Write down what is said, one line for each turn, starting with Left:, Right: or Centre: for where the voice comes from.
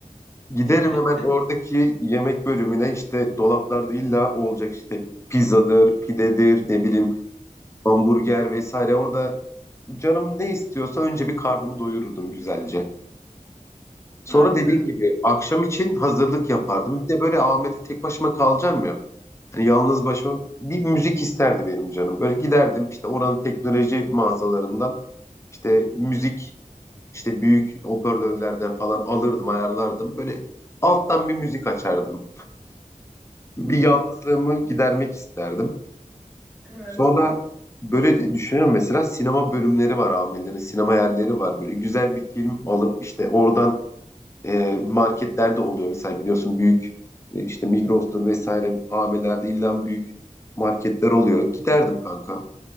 Left: Giderim
Centre: <laughs>
Left: hemen oradaki yemek bölümüne işte dolaplarda illa o olacak işte pizzadır, pidedir, ne bileyim hamburger vesaire. Orada canım ne istiyorsa önce bir karnımı doyururdum güzelce. Sonra
Centre: Harika.
Left: dediğim gibi akşam için hazırlık yapardım. Bir de böyle AVM'de tek başıma kalacağım ya. Yani yalnız başıma bir müzik isterdi benim canım. Böyle giderdim işte oranın teknoloji mağazalarından işte müzik işte büyük hoparlörlerden falan alırdım ayarlardım. Böyle alttan bir müzik açardım. Bir
Centre: <laughs>
Left: yalnızlığımı gidermek isterdim.
Centre: Evet.
Left: Sonra böyle de düşünüyorum mesela sinema bölümleri var amirlerin sinema yerleri var. Böyle güzel bir film alıp işte oradan e, marketlerde oluyor mesela biliyorsun büyük e, işte Migros'tur vesaire AVM'lerde illa büyük marketler oluyor. Giderdim kanka.